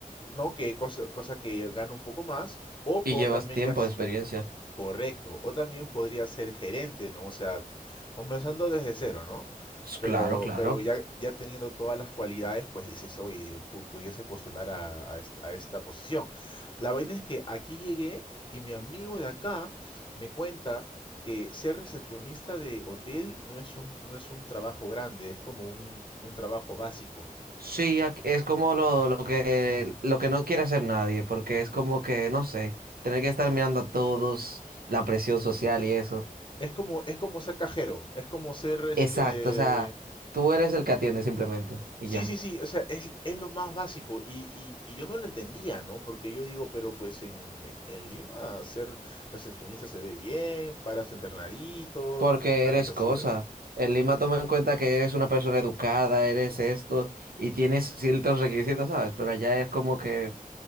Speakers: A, on the left; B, on the right.
A: ¿no? Que cosa, cosa que gano un poco más, o
B: Y
A: puedo
B: llevas
A: también
B: tiempo
A: ya...
B: de experiencia.
A: Correcto. O también podría ser gerente, ¿no? O sea, comenzando desde cero, ¿no?
B: S-
A: Pero,
B: Claro, claro.
A: pero ya, ya teniendo todas las cualidades, pues dices, oye, pu- pudiese postular a, a est- a esta posición. La vaina es que aquí llegué y mi amigo de acá me cuenta que ser recepcionista de hotel no es un, no es un trabajo grande, es como un, un trabajo básico.
B: Sí, ac- es como lo, lo que, lo que no quiere hacer nadie, porque es como que, no sé, tener que estar mirando a todos, la presión social y eso.
A: Es como, es como ser cajero, es como ser este
B: Exacto, o sea, tú eres el que atiende simplemente y
A: Sí,
B: ya.
A: sí, sí, o sea, es, es lo más básico y, y- y yo no lo entendía, ¿no? Porque yo digo, pero pues en, en, en Lima ser recepcionista se ve bien, paras entrenadito,
B: Porque
A: ganas
B: eres
A: así,
B: cosa.
A: así.
B: El Lima toma en cuenta que eres una persona educada, eres esto, y tienes ciertos requisitos, ¿sabes? Pero allá es como que